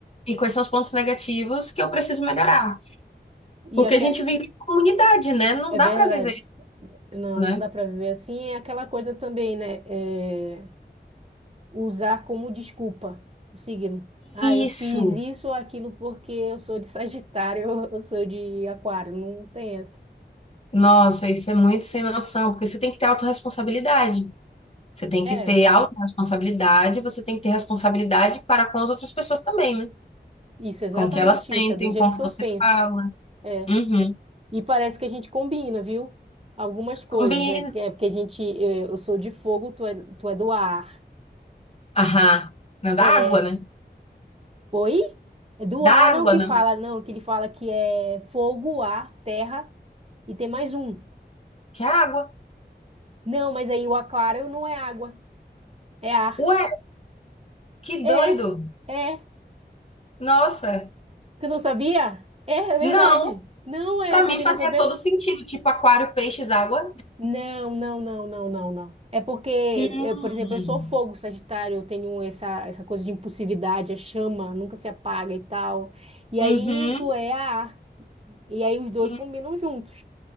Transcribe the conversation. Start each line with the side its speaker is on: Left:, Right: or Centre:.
Left: e quais são os pontos negativos que eu preciso melhorar. Porque
Right: E aque-
Left: a gente vive em comunidade, né? Não
Right: é
Left: dá
Right: verdade.
Left: pra viver,
Right: Não,
Left: né?
Right: não dá para viver assim. É aquela coisa também, né? É, usar como desculpa o signo. Ah, eu
Left: Isso.
Right: fiz isso ou aquilo porque eu sou de Sagitário, <laughs> eu sou de Aquário. Não tem essa.
Left: Nossa, isso é muito sem noção, porque você tem que ter autorresponsabilidade. Você tem
Right: É,
Left: que ter autorresponsabilidade, você tem que ter responsabilidade para com as outras pessoas também, né?
Right: isso, exatamente
Left: Com o que elas sentem,
Right: isso. É do jeito
Left: com o que
Right: que eu
Left: você
Right: penso.
Left: fala.
Right: É.
Left: Uhum.
Right: E parece que a gente combina, viu? Algumas coisas.
Left: Combina.
Right: É, que- é porque a gente, é, eu sou de fogo, tu é, tu é do ar.
Left: Aham. Não dá
Right: É.
Left: água, né?
Right: Oi? É do
Left: Dá
Right: ar, não
Left: água,
Right: que
Left: não.
Right: fala, não, que ele fala que é fogo, ar, terra e tem mais um.
Left: Que água?
Right: Não, mas aí o aquário não é água, é ar.
Left: Ué, que
Right: É,
Left: doido.
Right: é.
Left: Nossa.
Right: Tu não sabia? É, é verdade.
Left: Não.
Right: Não é
Left: Para
Right: a
Left: mim
Right: combinação
Left: fazia
Right: perfeita.
Left: todo sentido, tipo aquário, peixes, água.
Right: Não, não, não, não, não, não. É porque,
Left: Hum.
Right: eu, por exemplo, eu sou fogo, Sagitário, eu tenho essa, essa coisa de impulsividade, a chama nunca se apaga e tal. E
Left: Uhum.
Right: aí tu é a ar. E aí os dois
Left: Hum.
Right: combinam juntos.